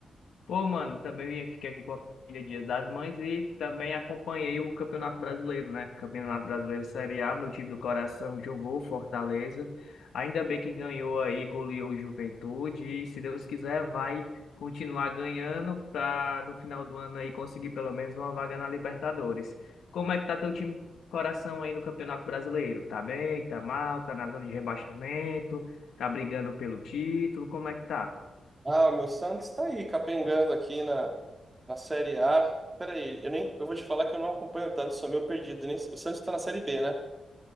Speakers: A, on the left (about 80°); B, on the right (about 25°).
A: Pô, mano, também fiquei aqui com a família Dia das Mães e também acompanhei o Campeonato Brasileiro, né? Campeonato Brasileiro Série A, meu time do coração jogou Fortaleza. Ainda bem que ganhou aí, goleou o Juventude e se Deus quiser vai continuar ganhando para no final do ano aí conseguir pelo menos uma vaga na Libertadores. Como é que tá teu time do coração aí no Campeonato Brasileiro? Tá bem? Tá mal? Tá na zona de rebaixamento? Tá brigando pelo título? Como é que tá?
B: Ah, o meu Santos tá aí, capengando aqui na, na Série A. Peraí, eu nem, eu vou te falar que eu não acompanho tanto, sou meio perdido. Nem, o Santos tá na Série B, né?